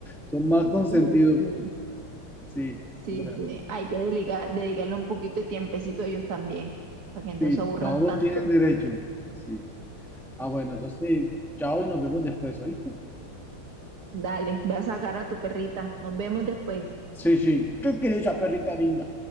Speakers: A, in the centre; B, on the right.
A: son más consentidos.
B: Oye, sí.
A: Sí.
B: Sí,
A: Bueno,
B: sí. Hay que dedica- dedicarle un poquito de tiempecito a ellos también, para que no
A: Sí,
B: se aburran
A: todos
B: tanto.
A: tienen derecho. Sí. Ah, bueno, entonces, chao y nos vemos después, ¿oíste?
B: Dale, ve a sacar a tu perrita. Nos vemos después.
A: Sí, sí. ¿Qué querés, esa perrita linda?